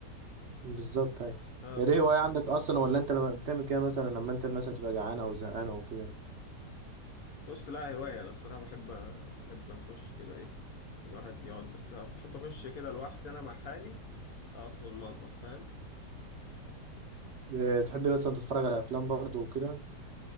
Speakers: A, on the right; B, on the left.
A: بالظبط أيوه
B: اه
A: هي دي هواية عندك أصلا ولا أنت لما بتعمل كده مثلا لما أنت مثلا تبقى جعان أو زهقان أو كده
B: بص لا هواية أنا الصراحة بحب بحب أخش كده إيه الواحد يقعد بس بحب أخش كده لوحدي أنا مع حالي أقعد في المطبخ فاهم
A: آه، تحب مثلا تتفرج على أفلام برضه وكده